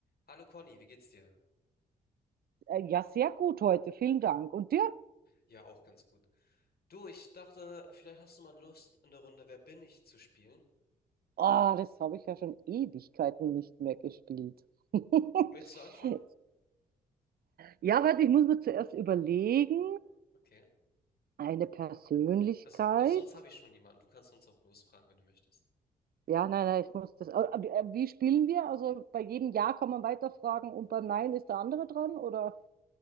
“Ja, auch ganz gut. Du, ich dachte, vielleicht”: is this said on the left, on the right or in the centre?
Left